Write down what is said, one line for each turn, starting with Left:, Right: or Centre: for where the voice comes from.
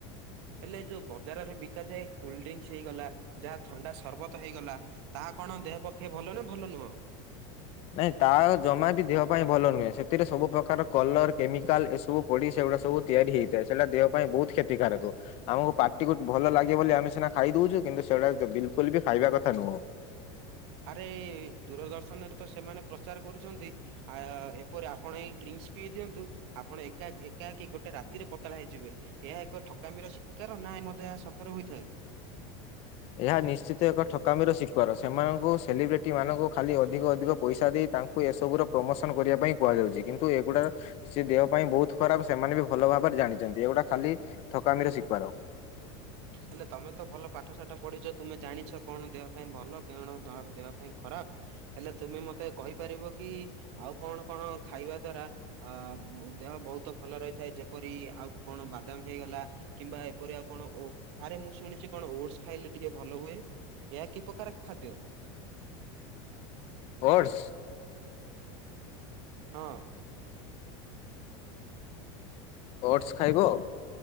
Right: ହେଲେ ଯୋଉ ବଜାରରେ ବିକ ଯାଏ କୋଲଡଡ୍ରିଙ୍କସ ହେଇଗଲା ଯାହା ଥଣ୍ଡା ସରବତ ହେଇଗଲା। ତାହା କଣ ଦେହ ପକ୍ଷେ ଭଲ ନା ଭଲ ନୁହଁ?
Left: ନାଇଁ ତା ଜମା ବି ଦେହ ପାଇଁ ଭଲ ନୁହେଁ ସେଥିରେ ସବୁ ପ୍ରକାର କଲର କେମିକାଲ ଏସବୁ ପଡି ସେଗୁଡା ସବୁ ତିଆରି ହେଇଥାଏ ସେଇଟା ଦେହ ପାଇଁ ବହୁତ କ୍ଷତିକାରକ ଆମକୁ ପାଟିକୁ ଭଲ ଲାଗେ ବୋଲି ଆମେ ସିନା ଖାଇଦଉଛୁ। କିନ୍ତୁ ସେଇଟା ବିଲକୁଲ ବି ଖାଇବା କଥା ନୁହଁ।
Right: ଆରେ ଦୂରଦର୍ଶନ ରେ ତ ସେମାନେ ପ୍ରଚାର କରୁଛନ୍ତି। ଆ ଏପରି ଆପଣ ଏଇ ଡ୍ରିଙ୍କସ ବିି ଦିଅନ୍ତୁ ଆପଣ ଏକା ଏକାକି ଗୋଟେ ରାତିରେ ପତଳା ହେଇଯିବେ। ଏହା ଏକ ଠକାମିର ଶିକାର ନା ମଧ୍ୟ ଏହା ସତର ହୋଇଥାଏ?
Left: ଏହା ନିଶ୍ଚିତ ଏକ ଠକାମିର ଶିକାର ସେମାନଙ୍କୁ ସେଲିବ୍ରିଟି ମାନଙ୍କୁ ଖାଲି ଅଧିକ ଅଧିକ ପଇସା ଦେଇ ତାଙ୍କୁ ଏସବୁ ର ପ୍ରମୋସନ କରିବା ପାଇଁ କୁହାଯାଉଛି କିନ୍ତୁ ଏଗୁଡା ସେ ଦେହ ପାଇଁ ବହୁତ ଖରାପ ସେମାନେ ବି ଭଲ ଭାବରେ ଜାଣିଛନ୍ତି ଏଗୁଡାକ ଖାଲି ଠକାମିର ଶିକାର।
Right: <unintelligible> ହେଲେ ତମେ ତ ଭଲ ପାଠ ସାାଠ ପଢିଛ ତୁମେ ଜାଣିଛ କଣ ଦେହ ପାଇଁ ଭଲ କଣ ଦେହ ପାଇଁ ଖରାପ। ହେଲେ ତୁମେ ମତେ କହିପାରିବ କି ଆଉ କଣ କଣ ଖାଇବା ଦ୍ଵାରା ଆ ଦେହ ବହୁତ ଭଲ ରହିଥାଏ ଯେପରି ଆଉ କଣ ବାଦାମ ହେଇଗଲା କିମ୍ବା ଏପରି ଆଉ କଣ ଓ ଆରେ ମୁଁ ଶୁଣିଛି କଣ ଓଟସ ଖାଇଲେ ଟିକେ ଭଲ ହୁଏ। ଏହା କି ପ୍ରକାର ଖାଦ୍ୟ?
Left: ଓଟସ
Right: ହଁ।
Left: ଓଟସ ଖାଇବ